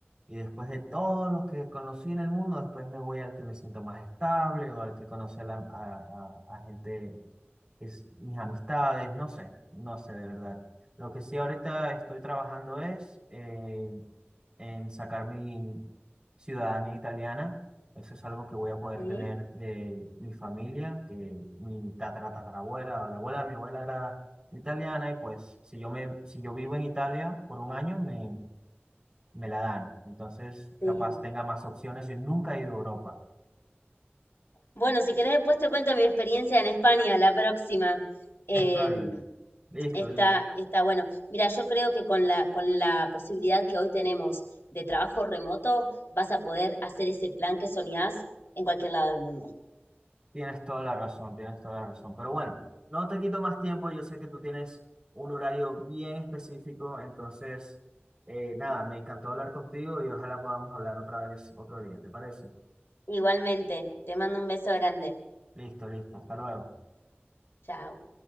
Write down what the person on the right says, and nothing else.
y después de todos los que conocí en el mundo, después me voy al que me siento más estable o al que conoce a, la- a, a- a gente es mis amistades, no sé, no sé de verdad. Lo que sí ahorita estoy trabajando es eh, en sacar mi ciudadanía italiana. Eso es algo que voy a poder
tener de mi familia, que mi tatara tatarabuela o la abuela de mi abuela era italiana y pues si yo me si yo vivo en Italia por un año me me la dan. Entonces,
capaz tenga más opciones. Yo nunca he ido a Europa.
Está bien. Listo,
listo.
Tienes toda la razón, tienes toda la razón. Pero bueno, no te quito más tiempo. Yo sé que tú tienes un horario bien específico. Entonces, eh, nada, me encantó hablar contigo y ojalá podamos hablar otra vez otro día. ¿Te parece?
Listo, listo. Hasta luego.